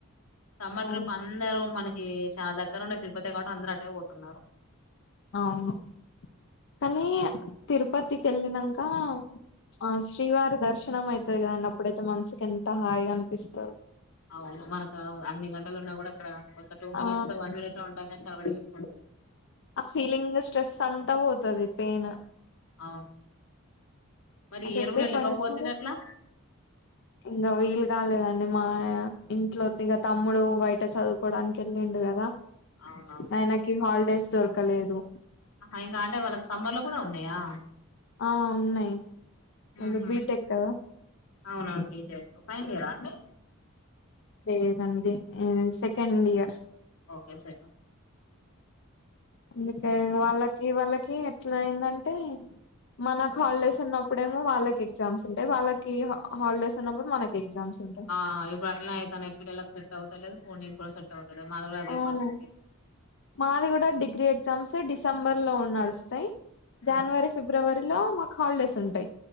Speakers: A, on the left; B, on the left.
A: సమ్మర్
B: అవును
A: ట్రిప్పు అందరూ మనకి చానా దగ్గర ఉండే తిరుపతి కాబట్టి అందరు అట్టే పోతున్నారు
B: అవును కానీ తిరుపతికి వెళ్ళినంక ఆ శ్రీవారి దర్శనం అయితది కదండీ అప్పుడైతే మనసుకి ఎంత హాయిగా అనిపిస్తారు
A: అవును మనక అన్ని గంటలున్నా కూడా అక్కడ ఒక టూ మినిట్స్
B: ఆ
A: వన్ మినిట్ఉంటాం కానీ <inaudible>
B: ఆ ఫీలింగ్ స్ట్రెస్ అంతా పోతది పెయిన్
A: అవును మరి
B: ఎంత
A: ఈ ఇయర్
B: ఒత్తేయ్
A: కూడా వెళ్ళకపోతే
B: పోయినసారి
A: ఎట్లా
B: ఇంగ వీలు కాలేదు అండి మా ఇంట్లో తీగ తమ్ముడు బయట చదువు పోవడానికి వెళ్ళిండు కదా
A: అవునవును
B: ఆయనకి హాలిడేస్ దొరకలేదు
A: ఆహా ఇంగా అంటే వాళ్ళకి సమ్మర్ లో కూడా ఉన్నాయా
B: ఆ ఉన్నాయి వాళ్ళు
A: ఉహు
B: బీటెక్ కదా
A: అవునవును బీటెక్ ఫైనల్ ఇయర్ అండి
B: లేదండి సెకండ్ ఇయర్
A: ఓకే స
B: అందుకే వాళ్ళకి వాళ్ళకి ఎట్లా అయిందంటే మన హాలిడేస్ ఉన్నప్పుడేమో వాళ్ళకి ఎగ్జామ్స్ ఉంటాయి వాళ్ళకి హాలిడేస్ ఉన్నప్పుడు మనకి ఎగ్జామ్స్ ఉంటాయి
A: ఆ ఇప్పుడు అట్లానే అయితాన్నే పిల్లలకు సేట్ అవు ఫో నిక్ కూడా సెట్ అవదు అది కూడా అదే
B: అవును
A: పరిస్థితి
B: మాది కూడా డిగ్రీ ఎగ్జామ్స్ డిసెంబర్ లో నడుస్తాయి జనవరి
A: ఉమ్
B: ఫిబ్రవరి మే లో మాకు హాలిడేస్ ఉంటాయి